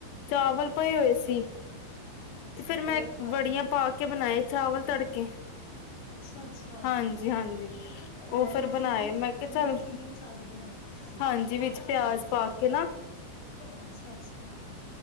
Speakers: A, on the left; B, on the left.
A: ਚਾਵਲ ਪਏ
B: ਅੱਛਾ
A: ਹੋਏ ਸੀ
B: ਅੱਛਾ
A: ਤੇ ਫਿਰ ਮੈਂ
B: ਉਹੀ ਖਾ
A: ਵੜੀਆਂ
B: ਲਿਆ
A: ਪਾ ਕੇ ਬਣਾਏ ਚਾਵਲ ਤੜਕੇ
B: ਅੱਛਾ-ਅੱਛਾ
A: ਹਾਂਜੀ ਹਾਂਜੀ
B: ਨਮਕੀਨ
A: ਉਹ ਫਿਰ ਬਣਾਏ ਮੈਂ ਕਿਹਾ
B: ਨਮਕੀਨ
A: ਚੱਲ
B: ਚਾਵਲ ਬਣਾਏ ਸੀ ਤੁਸੀਂ
A: ਹਾਂਜੀ ਵਿੱਚ ਪਿਆਜ ਪਾ ਕੇ ਨਾ
B: ਅੱਛਾ ਅੱਛਾ